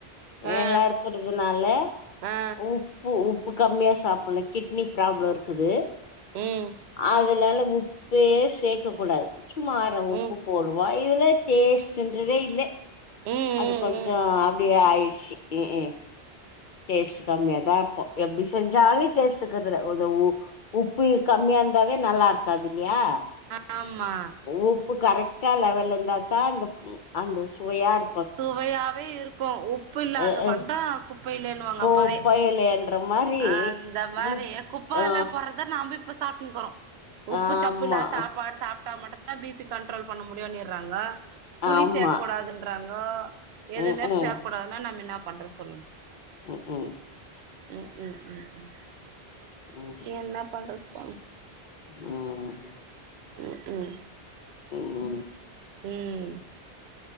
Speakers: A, on the right; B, on the left.
A: ஆ
B: எல்லா இருக்குற்துனாலே
A: ஆ ஆ
B: உப் ப்பு உப்பு கம்மியா சாப்பனு கிட்னி ப்ராப்ளோ இர்க்குது
A: ம்
B: அதுலால உப் ப்பே சேக்க கூடாது சும்மா அர உப்பு
A: ம்
B: போடுவாய் இதுல டேஸ்ட்டுன்றதே இல்லே
A: ம் ம்
B: அது கொஞ்சொ
A: ம்
B: அப்டியே ஆய்ஷ்ஷி இஇ டேஸ்ட்டு கம்மியாதா இர்க்கு எப்டி செஞ்சாலே டேஸ்ட் இக்குற்துல ஒதவூ உப்பி கம்மியா இந்தாவே நல்லார்க்காது இல்லியா
A: ஆமா
B: உப் ப்பு கரக்ட்டா லெவல் இந்தாத்தா அந்த அந்த சுவையார்
A: சுவையாவே இருக்கு உப்பு இல்லாத
B: அ
A: பண்டோ
B: அ
A: குப்பைலேன்னுவாங்க
B: கோப்பையிலன்ற
A: அப்பவே
B: மாரி
A: ஆ அந்த மாரி
B: உப்
A: குப்ப
B: ஆ
A: வெல போறத்தா நாம்ப இப்பு சாப்னுக்குறோ உப்பு
B: ஆமா
A: ச்சப்புல்லா சாப்பாடு சாப்ட்டா மட்டுத்தா பிபி கண்ட்ரோல் பண்ண முடியுன்னிறாங்க புளி
B: ஆமா
A: சேக்கூடாதுன் நு எதுமேப்
B: ம் ம்
A: சேக் கூடாதுன்னா நம் இன்னா பண்ற சொல்லுங்
B: ம் ம்
A: ம் ம் ம் ம் ம்
B: ம்
A: என்ன பண்றப்ப
B: ம்
A: ம் ம்ம்
B: ம்
A: ம்